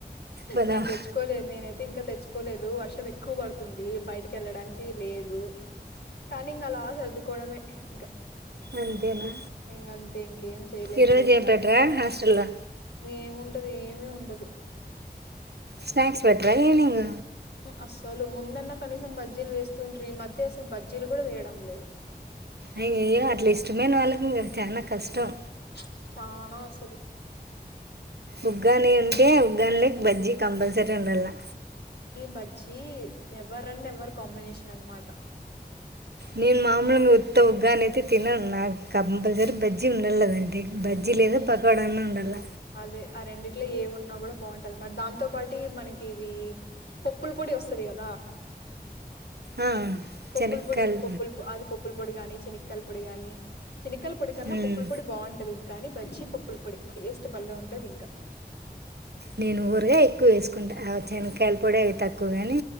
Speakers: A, on the right (about 75°); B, on the left (about 85°).
A: పోదామా
B: నేను తెచ్చుకోలేదు నేనైతే ఇంకా తెచ్చుకోలేదు వర్షం ఎక్కువ పడుతుంది బయటికి ఎళ్ళడానికి లేదు కానీ ఇంగా అలా సదుకోవడమే ఇంకా
A: అంతేనా
B: ఇంగా అంతే ఇంకేం చేలేం
A: ఈరోజు
B: లేం
A: ఏం
B: కానీ
A: పెట్టరా హాస్టల్లో
B: ఏముంటది ఏమి ఉండదు
A: స్నాక్స్ పెట్రా ఈవెనింగ్
B: అసలు ముందన్నా కనీసం బజ్జీలు వేస్తుండ్ర్రి ఈ మధ్య అసలు బజ్జీలు గూడా వేయడం లేదు
A: అయ్యో, అట్లా ఇష్టమైన వాళ్ళకి ఇంగా చాల కష్టం
B: చ్ చానా అసలు
A: ఉగ్గానే ఉంటే ఉగ్గాని లకి బజ్జీ కంపల్సరీ ఉండలా
B: బజ్జి ఎవర్ అండ్ ఎవరు కాంబినేషన్ అనమాట
A: నేను మామూలుగా ఉత్త ఉగ్గా అని అయితే తినను నాకు కంపల్సరీ బజ్జీ ఉండలి దానికి అ బజ్జీ
B: మ్మ్
A: లేదా పకోడ అన్న ఉండాల
B: అదే ఆ రెండిట్లో ఏ ఉన్నా కూడా బాగుంటది మరి దాంతో పాటు మనకి ఇది పప్పుల పొడి వస్తది కదా
A: ఆ,
B: పప్పుల
A: శనక్కాయలు
B: పొడి పప్పులు ప అది పప్పుల పొడి కానీ చినక్కయల పొడి కాని చినకయల పొడి కన్నా
A: ఉమ్,
B: పప్పుల పొడి బాగుంటదికానీ బజ్జి పప్పుల పొడి టేస్ట్ భలే ఉంటది ఇంకా
A: నేను ఊరగాయి ఎక్కువ వేసుకుంటా శనగకాయల పొడి అవి తక్కువగాని